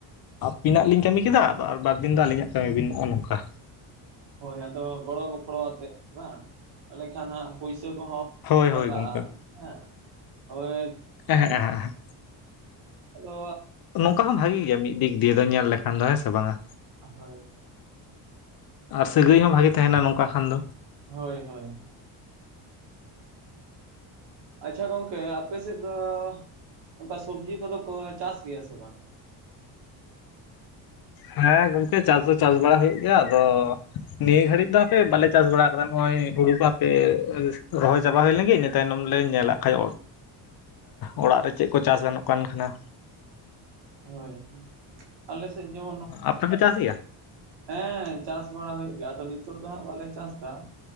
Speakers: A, on the left; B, on the right.
A: ᱟᱹᱵᱤᱱᱟᱜ ᱞᱤᱧ ᱠᱟᱹᱢᱤ ᱠᱮᱫᱟ ᱟᱨ ᱵᱟᱨ ᱫᱤᱱ ᱫᱚ ᱟᱹᱞᱤᱧᱟᱜ ᱠᱟᱹᱢᱤ ᱵᱤᱱ ᱱᱚᱜ-ᱚ ᱱᱚᱝᱠᱟ᱾
B: ᱦᱳᱭ ᱟᱫᱚ ᱜᱚᱲᱚ ᱜᱚᱯᱲᱚ ᱟᱛᱮ ᱵᱟᱝ? ᱮᱰᱮ ᱠᱷᱟᱱ ᱦᱟᱸᱜ ᱯᱩᱭᱥᱟᱹ ᱠᱚᱦᱚᱸ
A: ᱦᱳᱭ
B: ᱞᱟᱜᱟᱜ-ᱟ
A: ᱦᱳᱭ ᱜᱚᱝᱠᱮ
B: ᱦᱮᱸ ᱦᱳᱭ
A: ᱦᱮᱸ ᱦᱮᱸ ᱦᱮᱸ
B: ᱟᱫᱚ
A: ᱱᱚᱝᱠᱟ ᱦᱚᱸ ᱵᱷᱟᱜᱮ ᱜᱮᱭᱟ ᱢᱤᱫ ᱫᱤᱠ ᱫᱤᱭᱮ ᱫᱚ ᱧᱮᱞ ᱞᱮᱠᱷᱟᱱ ᱫᱚ ᱦᱮᱸ ᱥᱮ ᱵᱟᱝᱟ?
B: ᱦᱳᱭ ᱦᱳᱭ
A: ᱟᱨ ᱥᱟᱹᱜᱟᱹᱭ ᱦᱚᱸ ᱵᱷᱟᱜᱮ ᱛᱟᱦᱮᱱᱟ ᱱᱚᱝᱠᱟ ᱠᱷᱟᱱ ᱫᱚ᱾
B: ᱦᱳᱭ ᱦᱳᱭ ᱟᱪᱪᱷᱟ ᱜᱚᱝᱠᱮ ᱟᱯᱮ ᱥᱮᱫ ᱫᱚ ᱚᱱᱠᱟ ᱥᱚᱵᱡᱤ ᱠᱚᱫᱚ ᱠᱚ ᱪᱟᱥ ᱜᱮᱭᱟ ᱥᱮ ᱵᱟᱝ?
A: ᱦᱮᱸ ᱜᱚᱝᱠᱮ ᱪᱟᱥ ᱫᱚ ᱪᱟᱥ ᱵᱟᱲᱟ ᱦᱩᱭᱩᱜ ᱜᱮᱭᱟ ᱟᱫᱚ᱾ ᱱᱤᱭᱟᱹ ᱜᱷᱲᱤᱡ ᱫᱚ ᱦᱟᱯᱮ ᱵᱟᱞᱮ ᱪᱟᱥ ᱵᱟᱲᱟ ᱠᱟᱫᱟ ᱱᱚᱭ-ᱚᱭ ᱦᱩᱲᱩ ᱠᱚ ᱦᱟᱯᱮ ᱨᱚᱦᱚᱭ ᱪᱟᱵᱟ ᱦᱩᱭ ᱞᱮᱱ ᱜᱮ᱾ ᱛᱟᱭᱱᱚᱢ ᱞᱮ ᱧᱮᱞᱟᱜ ᱠᱷᱟᱡ ᱚᱲᱟᱜ ᱨᱮ ᱪᱮᱫ ᱠᱚ ᱪᱟᱥ ᱜᱟᱱᱚᱜ ᱠᱟᱱ ᱠᱷᱟᱱᱟ᱾
B: ᱦᱳᱭ ᱟᱞᱮ ᱥᱮᱫ ᱡᱮᱢᱚᱱ
A: ᱟᱯᱮ ᱯᱮ ᱪᱟᱥ ᱜᱮᱭᱟ
B: ᱦᱮᱸ ᱪᱟᱥ ᱵᱟᱲᱟ ᱦᱩᱭᱩᱜ ᱜᱮᱭᱟ ᱟᱫᱚ ᱱᱤᱛᱚᱜ ᱫᱚ ᱦᱟᱸᱜ ᱵᱟᱞᱮ ᱪᱟᱥ ᱫᱟ᱾